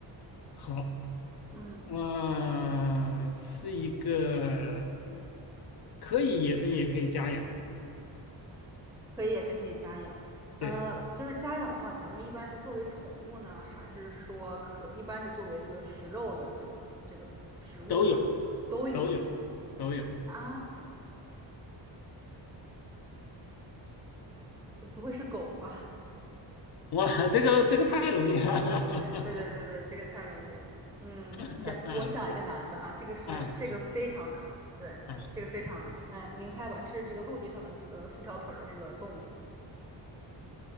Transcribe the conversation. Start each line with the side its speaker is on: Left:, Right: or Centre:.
Left: 好，
Centre: 嗯，
Left: 呃，是一个可以野生也可以家养的，
Centre: 可以野生可以家养。呃，
Left: 对，
Centre: 就是家养的话，咱们一般是作为宠物呢，还是说可一般是作为这个食肉的这个这个食物呢？
Left: 都有，
Centre: 都有
Left: 都有，都有。
Centre: 啊，不会是狗吧？
Left: 哇，这个这个太容易了，
Centre: 对对对对，这个太容易了。嗯，
Left: <laughs>
Centre: 行，
Left: 啊
Centre: 我想一个难的啊，这个是这个非常难，
Left: 啊
Centre: 对，
Left: 啊！
Centre: 这个非常难。嗯，您猜吧，是这个陆地上的这个四条腿儿的这个动物。